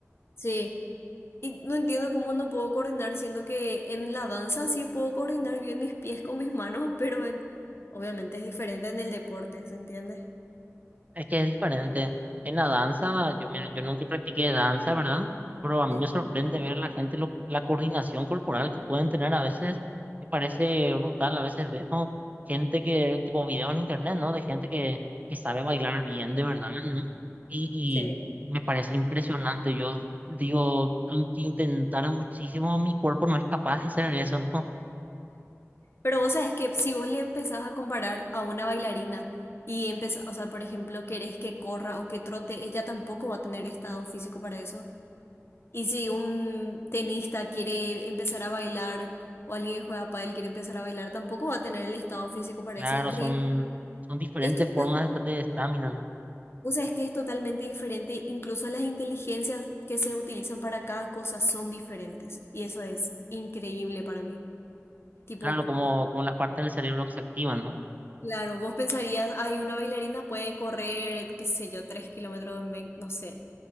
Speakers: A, on the left; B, on the right.
A: Sí, y no entiendo cómo no puedo coordinar, siendo que en la danza sí puedo coordinar bien mis pies con mis manos, <laughs> pero en- obviamente es diferente en el deporte, ¿se entiende?
B: Es que es diferente. En la danza, yo, mira, yo nunca practiqué danza, ¿verdad? Pero a mí
A: Sí,
B: me sorprende ver la gente, lo- la coordinación corporal que pueden tener a veces. Me parece brutal. A veces veo gente que, tipo videos en internet, ¿no? De gente que, que sabe bailar bien, de verdad, ¿no? Y,
A: sí.
B: y me parece impresionante. Yo digo, aunque intentara muchísimo, mi cuerpo no es capaz de hacer eso, ¿no?
A: Pero vos sabés que si vos le empezás a comparar a una bailarina y empezás, o sea, por ejemplo, querés que corra o que trote, ella tampoco va a tener estado físico para eso. Y si un tenista quiere empezar a bailar o alguien que juega pádel quiere empezar a bailar, tampoco va a tener el estado físico para
B: Claro,
A: eso. Increíble.
B: son, son diferentes
A: Es total,
B: formas de de estamina, ¿no?
A: o sea, es que es totalmente diferente. Incluso las inteligencias que se utilizan para cada cosa son diferentes. Y eso es increíble para mí. Tipo,
B: Claro, como, como las partes del cerebro que se activan, ¿no?
A: Claro, vos pensarías, ay, una bailarina puede correr, qué sé yo, tres kilómetros en 20, no sé.